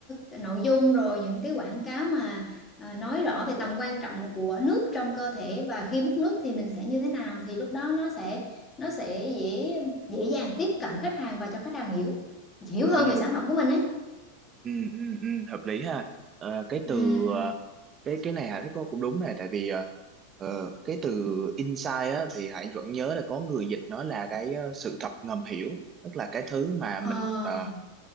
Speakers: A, on the left; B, on the right.
A: ờ, nội dung rồi những cái quảng cáo mà ờ, nói rõ về tầm quan trọng của nước trong cơ thể và khi mất nước thì mình sẽ như thế nào thì lúc đó nó sẽ nó sẽ dễ dễ dàng tiếp cận khách hàng và cho khách hàng hiểu hiểu hơn
B: ừ.
A: về sản phẩm của mình ấy.
B: ừ, ừ, ừ, hợp lý ha Ờ, cái
A: Ừm.
B: từ ờ, cái cái này Hải thấy có cũng đúng này tại vì ờ, ờ, cái từ insight á thì Hải vẫn nhớ là có người dịch nó là cái ờ, sự thật ngầm hiểu tức là cái thứ mà
A: Ờ,
B: mình ờ,